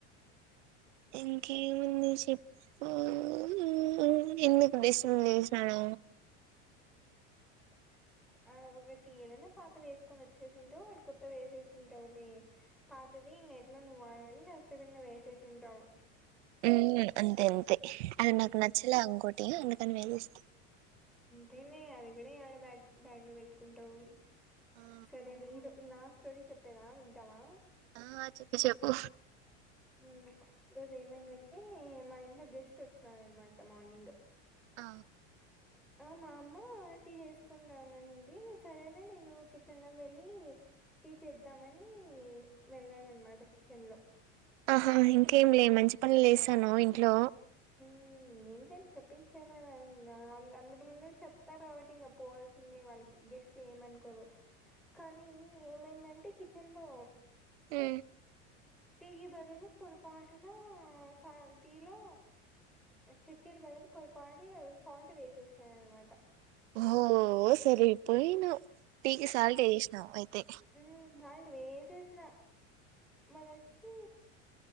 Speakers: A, on the right (about 75°); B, in the centre.
A: ఇంకేముంది చెప్ హ్మ్ ఎందుకు డిస్ రూల్ చేసినాడు
B: టాక్. ఆ ఒకటి ఏదైనా పాత వేసుకొని వచ్చేసింటావు వాటీకి కొత్త వేసేసింటావులే పాతది. ఎట్లా నువ్వు వాడవని డస్ట్బిన్ లో వేసేసింటావు.
A: హ్మ్ అంతే అంతే అది
B: మ్మ్
A: నాకు నచ్చలే అంకోటి అందుకాని వేసేస్తి
B: తిని అది కూడా ఆడ బ్యాగ్ బ్యాగ్ లో పెట్టుకుంటావు
A: ఆ
B: సరేలే ఇదో నా. స్టోరీ చెప్పేదా వింటావా.
A: ఆ చెప్పు చెప్పు.
B: ఉమ్ ఈరోజు ఏమైందంటే మా ఇంట్లో గెస్ట్ వచ్చినారన్మాట మార్నింగ్.
A: ఆ.
B: ఆ మా అమ్మ టీ చేసుకుని రమ్మ నింది సరేలే నేను కిచెన్ లో వెళ్ళి. టీ చేద్దామని వెల్లాను అనమాట కిచెన్ లో.
A: ఆహా ఇంకేం లే మంచి పనులు లేసాను ఇంట్లో.
B: హ్మ్. ఏం చేయాలి చెప్పించేయాల కదా ఆ అందరి ముందే చెప్తారు కాబట్టి ఇంకా పోవాల్సిందే వాళ్ళకి. గెస్ట్ లు ఏమనుకోరు కానీ ఏమైందంటే కిచెన్ లో.
A: హు
B: టీకి బదులు పొరపాటున సా టీలో చక్కెరి బదులు పొరపాటులో సాల్ట్ వేసేసిన అనమాట
A: ఓ సరి పోయినావు టీకి సాల్ట్ ఎషేషినావఅయితే
B: ఉ సాల్ట్ వేసేసిన మదోచ్చి